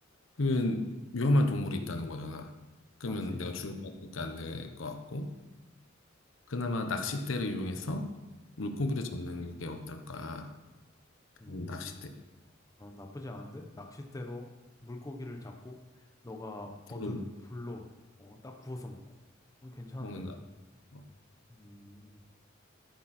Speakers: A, on the left; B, on the left.
A: 그건 위험한 동물이 있다는 거잖아. 그러면
B: 맞지.
A: 내가 죽을 것 같으니까 안 될 것 같고, 그나마 낚싯대를 이용해서 물고기를 잡는 게 어떨까?
B: 음,
A: 음, 낚싯대,
B: 어, 나쁘지 않은데? 낚싯대로 물고기를 잡고 너가
A: 불로
B: 얻은 불로 어, 딱 구워서 먹고. 음, 괜찮은데?
A: 먹는다. 어,
B: 음,